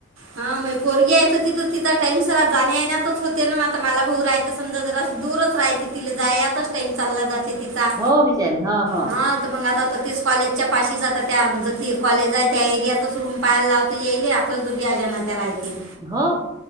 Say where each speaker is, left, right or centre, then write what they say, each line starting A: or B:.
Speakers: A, on the right (about 80°); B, on the right (about 20°).
A: हा मग पोरगी यायचं तिथं तिथं टाम सर जाण्या येण्यासच होते ना आता मला भाऊ राहायच समजा जरा दूरच राहायचे तिला जातच टाईम चालला जाय तिचा
B: हो बिचारे हो हो
A: हा मग आता तीच कॉलेजच्या पाशी जात त्या ती कॉलेज आहे त्या एरियातच रूम पाहायला लावते येल ख दोघे्याजणणा त्या राहतील
B: हो